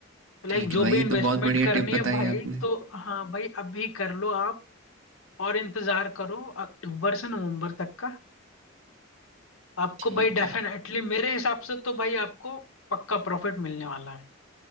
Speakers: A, on the left; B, on the right.
A: तो लाइक
B: ठीक है
A: जो
B: भाई
A: भी
B: ये
A: इन्वेस्टमेंट
B: तो बहुत बढ़िया
A: करनी
B: टिप बताई
A: है भाई
B: आपने
A: तो हाँ भाई अभी कर लो आप और इंतजार करो अक्टूबर से नवंबर तक का आपको
B: ठीक
A: भाई डेफिनेटली
B: है
A: मेरे हिसाब से तो भाई आपको पक्का प्रॉफिट मिलने वाला